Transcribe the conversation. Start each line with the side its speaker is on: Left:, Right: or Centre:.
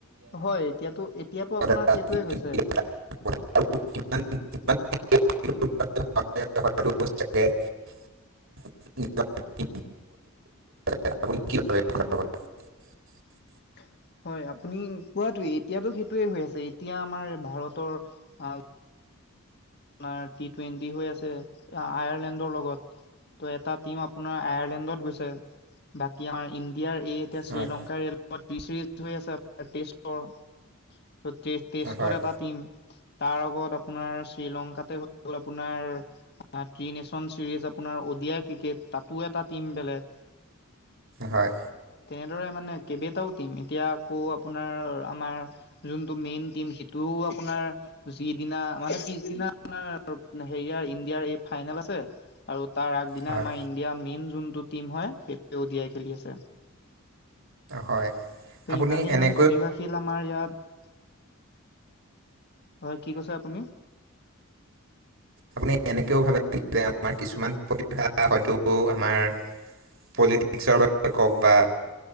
Left: হয় এতিয়াতো এতিয়াতো আপোনাৰ
Right: এটা
Left: সেইটোৱেই
Right: টি টুৱেন্টিত
Left: হৈছে।
Right: <unintelligible> <unintelligible> <unintelligible>
Left: <unintelligible> হয় আপুনি কোৱাতোৱে এতিয়াতো সেইটোৱে হৈ আছে এতিয়া আমাৰ ভাৰতৰ আ আপোনাৰ টি টুৱেণ্টি হৈ আছে আয়াৰলেণ্ডৰ লগত। ত' এটা টিম আপোনাৰ আয়াৰলেণ্ডত গৈছে, বাকী আমাৰ ইণ্ডিয়াৰ এই এতিয়া শ্ৰীলংকাৰ
Right: হয়।
Left: তি চিজ হৈ আছে আৰ টিষ্টৰ। ত টেষ্টত
Right: হয়,
Left: এটা টিম তাৰ আগত আপোনাৰ শ্ৰীলংকাতে হৈ গ'ল আপোনাৰ। ত্ৰি নেচন চিৰিজ আপোনাৰ অডিয়াৰ ক্ৰিকেট তাতো এটা টিম বেলেগ।
Right: হয়,
Left: তেনেদৰে মানে কেবেটাও টিম। এতিয়া আকৌ আপোনাৰ আমাৰ যোনটো মেইন টিম সেইটোও আপোনাৰ যিদিনা মানে পি হেৰি ইণ্ডিয়াৰ এই ফাইনেল আছে আৰু তাৰ আগদিনা
Right: হয়।
Left: আমাৰ ইণ্ডিয়াৰ মেইন। যোনটো টীম হয় সেইটো দিয়াই খেলি আছে।
Right: হয়,
Left: ত'
Right: আপুনি
Left: ইমানেই
Right: এনে
Left: মানে প্ৰতিভাশীল আমাৰ ইয়াত, হয় কি কৈছে আপুনি?
Right: আপুনি এনেকেও ভাবে যে আমাৰ কিছুমান প্ৰতিভা হয়তো আমাৰ পলিটিক্সৰ বাবে কওক বা